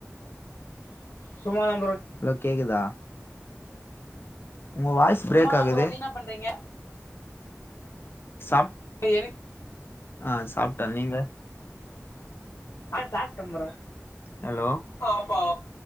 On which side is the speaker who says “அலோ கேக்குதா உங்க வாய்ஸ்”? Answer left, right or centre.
Left